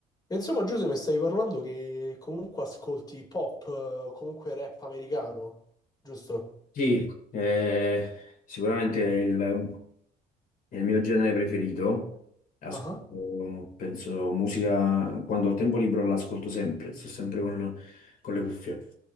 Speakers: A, on the left; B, on the left.
A: E Insomma, Giuseppe, stavi parlando che comunque ascolti pop, eh, comunque rap americano, giusto?
B: Sì, eh, sicuramente è il, è il mio genere preferito. Ascolto,
A: Ah,
B: penso, musica, quando ho tempo libero l'ascolto sempre, sto sempre con, con le cuffie.